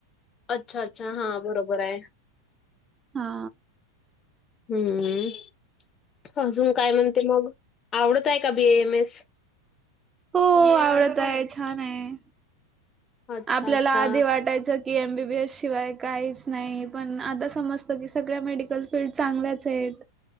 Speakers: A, on the left (about 25°); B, on the right (about 20°).
A: अच्छा अच्छा हा बरोबर आहे.
B: हा.
A: हम्म अजून काय म्हणते मग आवडत आहे का बी. ए. एम. एस.
B: हो आवडत आहे छान आहे
A: अच्छा
B: आपल्याला
A: अच्छा.
B: आधी वाटायच. जसं की एम बी बी एस शिवाय काहीच नाही पण आता समजतं की सगळ्या मेडिकल फील्ड चांगल्याच आहेत.